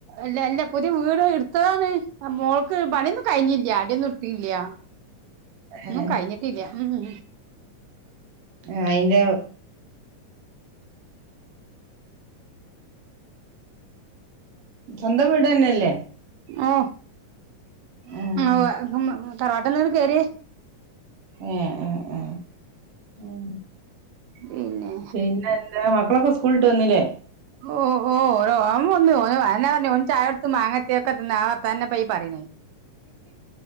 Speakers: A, on the right; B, on the right.
A: അല്ല അല്ല പുതിയ വീട് ഇടുത്തതാണ് മോൾക്ക് പണിയൊന്നും കഴിഞ്ഞില്ല അടിയൊന്നും ഇട്തീല്ല ഒന്നും
B: ഏഹ്
A: കഴിഞ്ഞിട്ടില്ല ഉം
B: ഏഹ് അയിന്റെ സ്വന്തം വീട് തന്നെല്ലേ
A: ആ
B: ആഹ്
A: ആ തറവാട്ടന്ന കേയറിയേ
B: ഏഹ് ഏഹ് ഏഹ്
A: പിന്നെ
B: പിന്നെന്താ മക്കളൊക്കെ സ്കൂളിട്ട് വന്നില്ലേ
A: ഓഹ് ഓഹ് ഓ വന്ന് ഓന് അന്നെ പറഞ്ഞ ചായടുത്ത് മാങ്ങത്തിയൊക്കെത്തിന്ന് ആ വർത്താന്നെ പ്പീ പറയിണേ